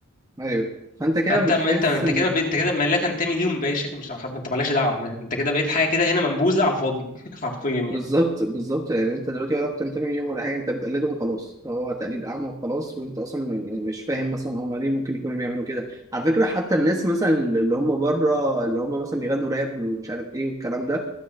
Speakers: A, on the right (about 15°); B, on the left (about 40°).
A: ايوه فانت كده
B: فانت
A: بتحس
B: ما انت انت
A: ان
B: كده انت كده ما لا تنتمي ليهم باي شكل مش عارف انت مالكش دعوه ما- انت كده بقيت حاجه كده هنا منبوذه على الفاضي <laughs> حرفيا يعني
A: بالظبط بالظبط يعني انت دلوقتي ولا بتنتمي ليهم ولا حاجه انت بتقلده وخلاص هو تقليد اعمى وخلاص وانت اصلا يعني مش فاهم مثلا هم ليه ممكن يكونوا بيعملوا كده على فكره حتى الناس مثلا اللي هم بره اللي هم مثلا بيغنوا راب ومش عارف ايه والكلام ده